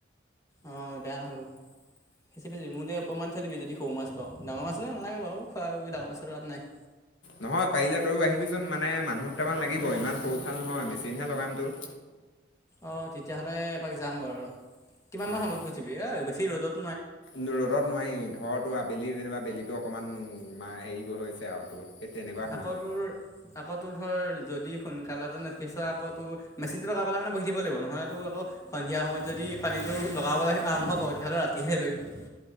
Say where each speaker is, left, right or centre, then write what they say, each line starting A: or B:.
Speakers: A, on the left (about 20°); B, on the left (about 80°).
A: অ', বেয়া নহ'ব, সেচিবি মোলৈ এপোৱামান থৈ দিবি যদি সৰু মাছ অ', ডাঙৰ মাছ হলে নালাগে বাৰু খোৱা ডাঙৰ মাছৰ লাভ নাই।
B: নহয় পাৰিলে তইয়ও আহিবিচোন মানে মানুহ দুটামান লাগিব ইমান সৰু খাল নহয় চিন্হে লগাম তোৰ
A: অঁ তেতিয়াহ'লে যাম বাৰু কিমান মান
B: অঁ
A: সময়ত ফচিবি এ বেছি ৰ'দত
B: ৰ'দত নোৱাৰি ধৰ তো আবেলি যেনিবা বেলিটো অকনমান মা হেৰি গৈছে আৰু তোৰ সেই তেনেকুৱা সময়তে
A: আকৌ তোৰ আকৌ তোৰ ধৰ যদি সোনকালে তো নিসিছোঁৱা আকৌ তোৰ মেচিনটো লগাই পেলাই নে বহি দিব লাগিব নহলেতো আকৌ সন্ধিয়া সময়ত যদি পানী সেইটো লগাবলৈ আৰম্ভ কৰোঁ তেতিয়াহ'লে ৰাতিহেহে পাৰিবি